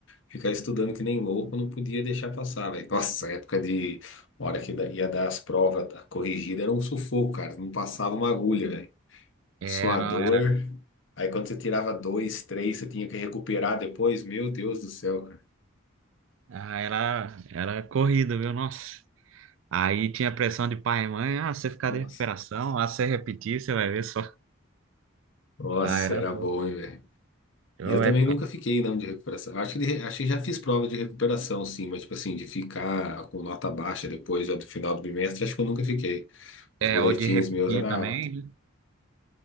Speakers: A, on the left; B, on the right.
A: ficar estudando que nem louco, não podia deixar passar, velho. Nossa, a época de hora que da- ia dar as provas, a corrigida era um sufoco, cara, não passava uma agulha, velho.
B: É,
A: Suador.
B: não, era,
A: Aí quando você tirava dois, três, você tinha que recuperar depois, meu Deus do céu, cara.
B: ah, era, era corrida, viu? Nossa. Aí tinha pressão de pai e mãe, ah, você ficar
A: Nossa,
B: de recuperação, ah, você repetir, você vai ver só.
A: nossa,
B: Ah, era.
A: era
B: bom.
A: bom, hein, velho.
B: Eu,
A: E eu também
B: é,
A: nunca fiquei, não, de recuperação. Acho que, de, acho que já fiz prova de recuperação, sim, mas, tipo assim, de ficar com nota baixa depois, já do final do bimestre, acho que eu nunca fiquei. Os
B: é,
A: boletins
B: é, ou de repetir
A: meus era
B: também,
A: alto.
B: né?